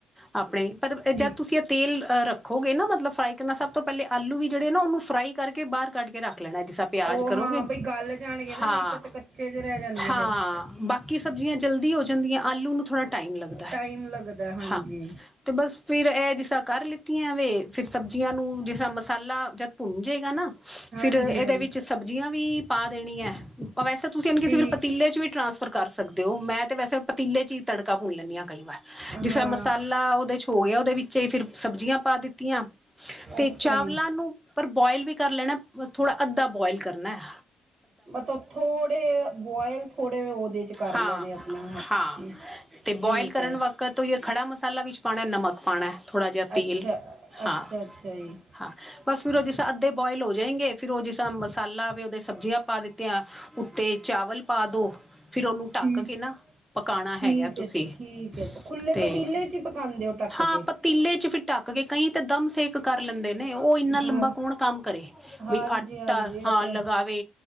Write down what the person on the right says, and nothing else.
ਠੀਕ
ਉਹ
ਹਾਂ ਬਈ ਗਲ ਜਾਣਗੇ ਨਾ
ਨਹੀਂ ਤਾਂ ਤਾਂ ਕੱਚੇ ਜੇ ਰਹਿ ਜਾਣਗੇ
ਫਿਰ
ਟਾਈਮ ਲੱਗਦਾ ਹਾਂਜੀ
ਹਾਂਜੀ
ਹਾਂਜੀ
ਠੀਕ
ਹਾਂ
ਅੱਛਾ
ਜੀ
ਮਤਲਬ ਥੋੜੇ ਬੋਇਲ ਥੋੜੇ ਉਹਦੇ ਚ। ਕਰ
ਲੈਣੇ ਆਪਣਾ ਅੱਛੀ
ਠੀਕ
ਹੈ
ਅੱਛਾ ਅੱਛਾ
ਅੱਛਾ ਜੀ
ਠੀਕ
ਠੀਕ
ਹੈ।
ਠੀਕ ਹੈ। ਖੁੱਲੇ
ਪਤੀਲੇ ਚ ਹੀ ਪਕਾਂ ਦੇ ਹੋ। ਢੱਕ
ਕੇ।
ਹਾਂ
ਹਾਂਜੀ
ਹਾਂਜੀ ਇਹ
ਤੇ